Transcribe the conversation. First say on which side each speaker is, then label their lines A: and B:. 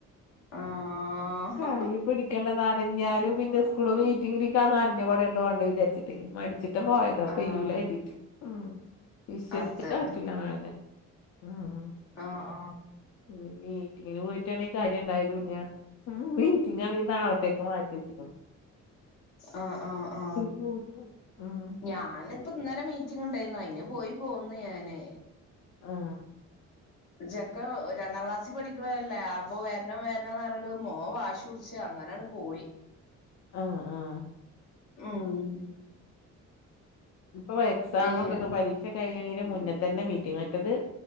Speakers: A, on the left; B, on the left.
A: ആഹ്
B: കയ് ഇപിടി ക്ക ണ്ട നനഞ്ഞാലും പിന്നെ സ്കൂള് മീറ്റിങ്ങിലിക്കാ നനഞ്ഞ കൂടേണ്ട പോണ്ട് വിചാരിച്ചിട്ടേ മടിച്ചിട്ട് പോയതോ
A: ആഹ്
B: പെയ്യൂലായിരെതിറ്റ് ഉ വിശ്വസിക്കാൻ
A: അതെ
B: പറ്റൂല്ല മഴനെ മ് മ്
A: ആ ഹ
B: മ് മീറ്റിങ്ങിന് പോയിട്ടാണെ കാര്യം ഇണ്ടായതുല്ല്യ ഉ മീറ്റിങ്ങാണെങ്കി നാളത്തേക്ക് മാറ്റി വെച്ചക്കുന്നു
A: ആ ആ ആ
B: പോയി ഉം
A: ഞാൻ ഇപ്പൊ ഇന്നലെ മീറ്റിംഗ് ഉണ്ടായിരുന്നു അയിന് പോയി പോന്ന് ഞാന്
B: ആ
A: ചെക്കൻ രണ്ടാം ക്ലാസ്സിൽ പഠിക്കണ അല്ലേ അപ്പൊ വരണം വരണം പറ ട്ട് മോൻ വാശി പിടിച് അങ്ങനെ അങ്ങൻട്പോയി.
B: ആഹ് ആഹ്
A: ഉം
B: ഇപ്പൊ എക്സാമ്
A: പിന്നെ
B: ഒക്കെ പരീക്ഷ കഴിണെന് മുന്നെ തന്നെ മീറ്റിംഗ് വച്ചത്